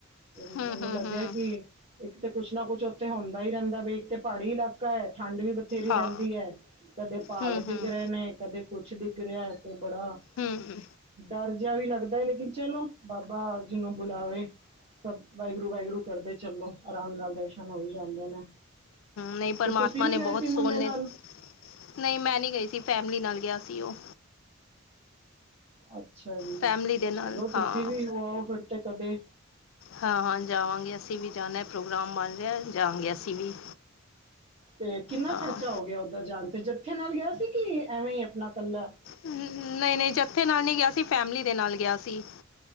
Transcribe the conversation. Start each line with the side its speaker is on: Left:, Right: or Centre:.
Right: ਤੇ ਮੈਨੂੰ
Left: ਹਮ ਹਮ
Right: ਲੱਗਿਆ
Left: ਹਮ
Right: ਕਿ ਇੱਕ ਤੇ ਕੁਛ ਨਾ ਕੁੱਛ ਉੱਥੇ ਹੁੰਦਾ ਈ ਰਹਿੰਦਾ ਬੀ ਇੱਕ ਤੇ ਪਹਾੜੀ ਇਲਾਕਾ ਕੈ, ਠੰਡ ਵੀ ਬਥੇਰੀ
Left: ਹਾਂ
Right: ਰਹਿੰਦੀ ਐ, ਕਦੇ ਪਹਾੜ
Left: ਹਮ
Right: ਡਿੱਗ
Left: ਹਮ
Right: ਰਹੇ ਨੇ, ਕਦੇ ਕੁਛ ਡਿੱਗ ਰਿਹਾ ਐ, ਤੇ ਬੜਾ
Left: ਹਂ, ਹਂ
Right: ਦਰ ਜਿਆ ਵੀ ਲੱਗਦਾ ਲੇਕਿਨ ਚਲੋ, ਬਾਬਾ ਜਿਨੂੰ ਬੁਲਾਵੇ। ਸਭ ਵਾਹਿਗੁਰੂ, ਵਾਹਿਗੁਰੂ ਕਰਦੇ ਚਲੋ, ਆਰਾਮ ਨਾਲ ਦਰਸ਼ਨ ਹੋ ਈ ਜਾਂਦੇ ਨੇ।
Left: ਨਈਂ ਪਰਮਾਤਮਾ
Right: ਤੇ ਤੁਸੀਂ ਨੀ
Left: ਨੇ
Right: ਗਏ
Left: ਬਹੁਤ
Right: ਸੀ ਮੁੰਡੇ
Left: ਸੋਹਣੇ,
Right: ਨਾਲ
Left: ਨਈਂ ਮੈਂ ਨ੍ਹੀਂ ਗਈ ਸੀ ਫੈਮਲੀ ਨਾਲ ਗਿਆ ਸੀ ਉਹ
Right: ਅੱਛਾ ਜੀ,
Left: ਫੈਮਿਲੀ ਦੇ ਨਾਲ
Right: ਚਲੋ ਤੁਸੀਂ
Left: ਹਾਂ
Right: ਵੀ ਹੋ ਆਓ ਫਿਰ ਤੇ ਕਦੇ
Left: ਹਾਂ ਹਾਂ, ਜਾਵਾਂਗੇ ਅਸੀਂ ਵੀ ਜਾਂਣਾ ਪ੍ਰੋਗਰਾਮ ਬਣ ਰਿਹਾ ਜਾਵਾਂਗੇ ਅਸੀਂ ਵੀ।
Right: ਤੇ, ਕਿੰਨਾ
Left: ਹਾਂ
Right: ਖ਼ਰਚਾ ਹੋ ਗਿਆ ਓਦਰ ਜਾਣ ਤੇ, ਜੱਥੇ ਨਾਲ ਗਿਆ ਸੀ ਕਿ ਐਵੇਂ ਈ ਆਪਣਾ ਕੱਲਾ
Left: ਨਈਂ ਨਈਂ ਜੱਥੇ ਨਾਲ ਨਈ ਗਿਆ ਸੀ, ਫੈਮਲੀ ਦੇ ਨਾਲ ਗਿਆ ਸੀ।